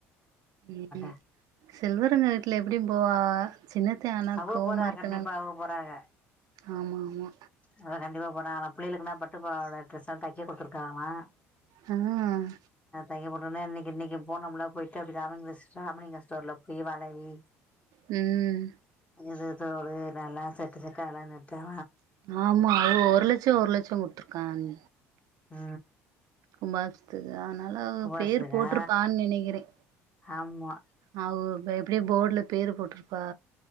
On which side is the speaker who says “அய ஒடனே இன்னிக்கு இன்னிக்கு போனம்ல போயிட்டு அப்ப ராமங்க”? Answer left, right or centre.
Left